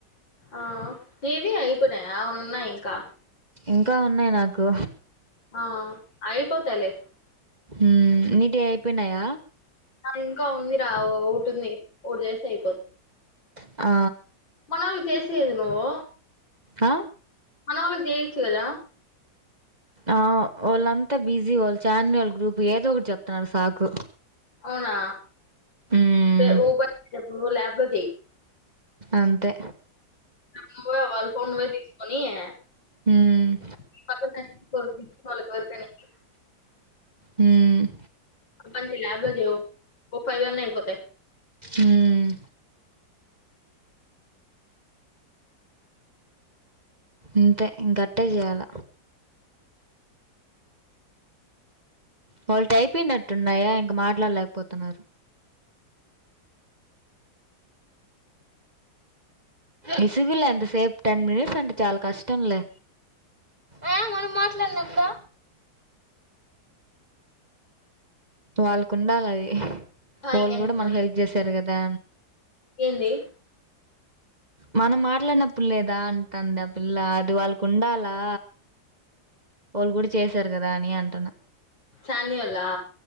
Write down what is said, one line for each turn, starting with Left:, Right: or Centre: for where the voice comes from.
Left: ఆ ఏవి అయిపోయినాయ, ఉన్నాయ్ ఇంకా.
Right: ఇంకా ఉన్నాయి నాకు.
Left: ఆ అయిపోతలే.
Right: ఉమ్ నీది అయిపోయినాయా.
Left: ఇంకా ఉంది రా, ఓ ఒటుంది, ఒటి జెస్తే అయిపోత.
Right: ఆ.
Left: మనల్లి కేసేది నువ్వు.
Right: ఆ.
Left: మొక్కలెయచ్చు గద.
Right: ఆ వాళ్ళంతా బిజీ, వాళ్ళు ఛానల్ గ్రూప్, ఏదో ఒకటి చెప్తున్నారు సాకు.
Left: అవునా
Right: మ్మ్,
Left: ఏ ఉ బా ల్యాబ్లో జెయి.
Right: అంతే.
Left: నువ్వే వాళ ఫోన్ నువ్వే తీసుకొని యే.
Right: ఉమ్.
Left: <unintelligible>
Right: ఉమ్.
Left: మంచి ల్యాబ్ లో జేయవో ఓ ఫై అన్న అయిపోతాయి.
Right: ఉమ్. ఇంతే ఇం గట్టే జెయాల. వాళటి అయిపోయినట్టున్నాయా, ఇంక మాట్లాడలేకపోతున్నారు. విసుగులే అంతసేపు, టెన్ మినిట్స్ అంటే చాలా కష్టంలే. ఆ మనం మాట్లాడినప్పుడో. వాళ్ళకు ఉండాలి అది,
Left: ఆ,
Right: వొళ్ళు
Left: ఏం
Right: కూడా
Left: ప్లాన్?
Right: మనకి హెల్ప్ జెసారు గదా.
Left: ఏంది.
Right: మనం మాట్లాడినప్పుల్ లేదా, అంటంది ఆ పిల్ల, అది వాళ్ళకు ఉండాలా. ఓళ్ళు గుడా చేశారు కదా అని అంటన్నా.
Left: సాన్వల్లా